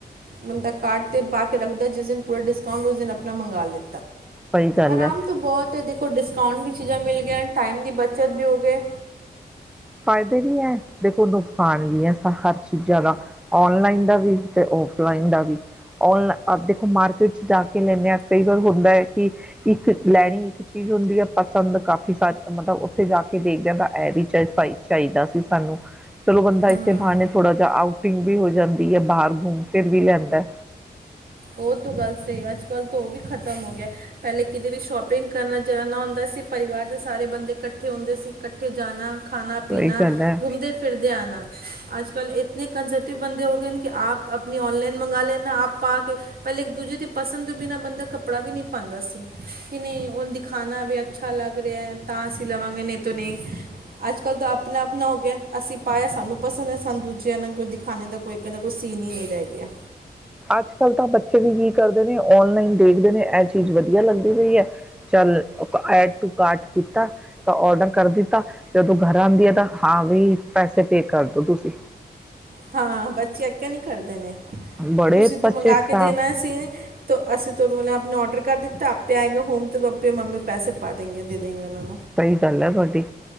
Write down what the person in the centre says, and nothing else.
ਸਹੀ ਗੱਲ
ਐ
ਫਾਇਦੇ ਵੀ ਐ ਦੇਖੋ ਨੁਕਸਾਨ ਵੀ ਐ ਹਰ ਚੀਜ਼ਾਂ ਦਾ ਔਨਲਾਈਨ ਦਾ ਵੀ ਤੇ ਔਫਲਾਈਨ ਦਾ ਵੀ ਔਨਲਾ ਦੇਖੋ ਅਸੀ ਮਾਰਕੀਟ ਚ ਜਾ ਕੇ ਸੀ ਲੈਣੇ ਆ ਕਈ ਵਾਰ ਹੁੰਦਾ ਐ ਕਿ ਇੱਕ ਲੈਣੀ ਇੱਕ ਚੀਜ਼ ਹੁੰਦੀ ਏ ਪਸੰਦ ਕਾਫੀ ਸਾਰੀ ਮਤਲਬ ਉੱਥੇ ਜਾ ਕੇ ਦੇਖਦਿਆਂ ਤਾਂ ਇਹ ਵੀ ਚ ਚਾਈ, ਚਾਈਦਾ ਸੀ ਸਾਨੂੰ ਚਲੋ ਬੰਦਾ
ਇਸੇ ਬਹਾਣੇ ਥੋੜਾ ਜਿਹਾ ਆਊਟ ਟਿੰਗ ਵੀ ਹੋ ਜਾਂਦੀ ਐ ਬਾਹਰ ਘੁੰਮ ਫਿਰ ਵੀ ਲੈਂਦਾ
ਸਹੀ ਗੱਲ ਹੈ
ਅੱਜ ਕੱਲ ਤਾਂ ਬੱਚੇ ਵੀ ਕੀ ਕਰਦੇ ਨੇ ਓਨਲਾਈਨ ਦੇਖਦੇ ਨੇ ਇਹ ਚੀਜ਼ ਵਧੀਆ ਲੱਗਦੀ ਪਈ ਐ ਚੱਲ ਐਡ ਟੂ ਕਾਰਟ ਕੀਤਾ ਤਾਂ ਓਡਰ ਕਰ ਦਿੱਤਾ ਜਦੋਂ ਘਰ ਆਉਂਦੀ ਆ ਤਾਂ ਹਾਂ ਵੀ ਪੈਸੇ ਪੇ ਕਰਦੋ ਤੁਸੀਂ
ਬੜੇ
ਬੱਚੇ
ਖ਼ਰਾਬ
ਸਹੀ ਗੱਲ ਹੈ ਤੁਹਾਡੀ